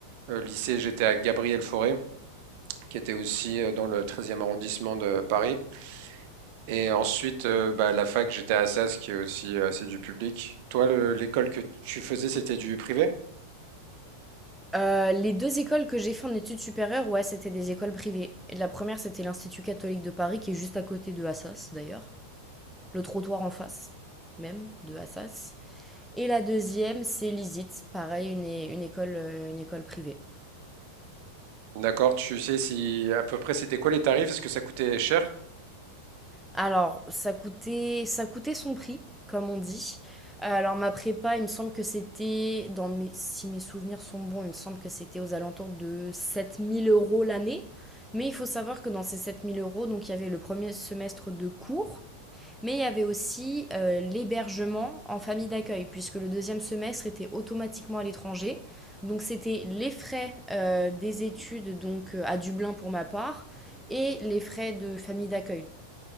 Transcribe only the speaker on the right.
Euh, lycée, j'étais à Gabriel Fauré, qui était aussi euh, dans le treizième arrondissement de Paris. Et ensuite, euh, bah, la fac, j'étais à Assas, qui est aussi euh, c'est du public. Toi, le- l'école que tu faisais, c'était du privé?
D'accord, tu sais si à peu près c'était quoi les tarifs? Est-ce que ça coûtait cher?